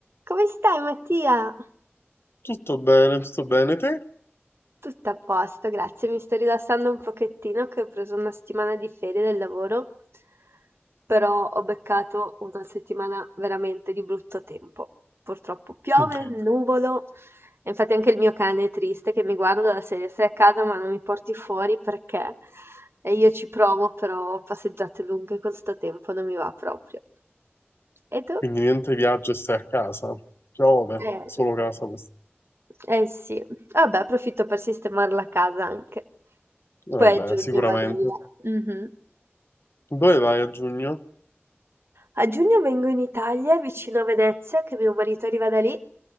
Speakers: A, on the right (about 65°); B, on the left (about 60°).
A: Come stai, Mattia?
B: Tutto bene, tutto bene te?
A: Tutto a posto, grazie. Mi sto rilassando un pochettino che ho preso una settimana di ferie del lavoro, però ho beccato una settimana veramente di brutto tempo. Purtroppo piove,
B: Mm.
A: nuvolo, e infatti anche il mio cane è triste che mi guarda dalla serie, stai a casa ma non mi porti fuori perché? E io ci provo, però passeggiate lunghe con sto tempo non mi va proprio. E tu?
B: Quindi niente viaggio e stai a casa. Piove,
A: Eh.
B: solo casa. quest-
A: Eh sì, vabbè approfitto per sistemare la casa anche.
B: Vabbè,
A: Poi a giugno
B: sicuramente.
A: vado via. Mh-mh.
B: Dove vai a giugno?
A: A giugno vengo in Italia, vicino a Venezia, che mio marito arriva da lì